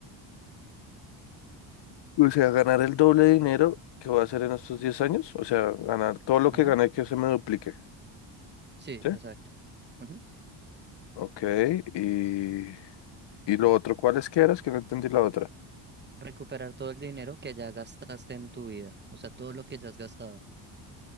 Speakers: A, on the left; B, on the right.
A: O sea, ganar el doble de dinero que voy a hacer en estos 10 años, o sea, ganar todo lo que
B: Ajá.
A: gané que se me duplique,
B: Sí,
A: ¿sí?
B: exacto. Ujú.
A: Ok, y... ¿Y lo otro? ¿Cuáles que eras? Que no entendí la otra.
B: Recuperar todo el dinero que ya gastaste en tu vida. O sea, todo lo que ya has gastado.